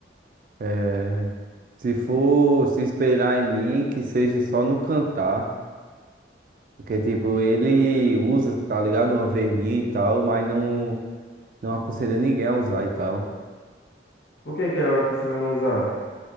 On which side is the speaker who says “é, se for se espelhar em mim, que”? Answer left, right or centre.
Right